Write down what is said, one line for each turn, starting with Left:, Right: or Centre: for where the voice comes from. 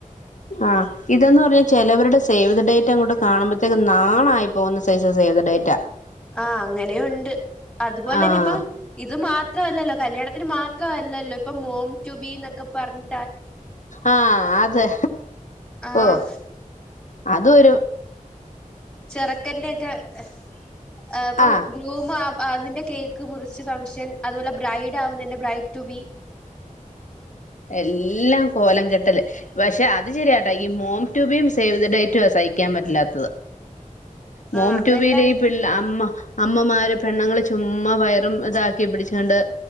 Left: ആഇതന്ന് പറഞ്ഞ ചിലവരുടെ സേവ് ദഡേറ്റ് അങ്ങോട്ട് കാണുമ്പോഴത്തേക്കും ന്നാനായി പോകുന്ന സൈസ ദ ഡേറ്റാ
Centre: ആ അങ്ങനെയൂണ്ട്, അതുപോലെ
Left: ആഹ്
Centre: തന്നെ ഇപ്പം ഇത് മാത്രമല്ലല്ലോ കല്യാണത്തിന് മാത്രമല്ലല്ലോ ഇപ്പം മോം ടു ബി എന്നൊക്കെ പറഞ്ഞി
Left: ആ അതെ.
Centre: ആഹ്
Left: ഓ അതൊരു
Centre: ചെറക്കന്റെ ഒക്കെ എഹ് ഇപ്പം
Left: ആഹ്
Centre: ഗ്രൂമ് നിന്റെ കേക്ക് മുറിച്ച് ഫംഗ്ഷൻ അതുപോലെ ബ്രൈഡ് ആവുന്നേന്റെ ബ്രൈഡ് ടു ബി
Left: എല്ലാം കോലം കെട്ടല്, പക്ഷെ അത് ശരിയാട്ടാ ഈ മോം ടു ബി യും സേവ് ദ ഡേറ്റുവാ ഹിക്കാൻ പറ്റില്ലാത്തത്. മോം
Centre: ആഹ് അതെല്ലായിടത്തും
Left: ടു ബി യിലെ ഈ പിള്ള അമ്മ അമ്മമാര് പെണ്ണ്ങ്ങള് ചുമ്മാ വയറും ഇതാക്കി പിടിച്ചാണ്ട്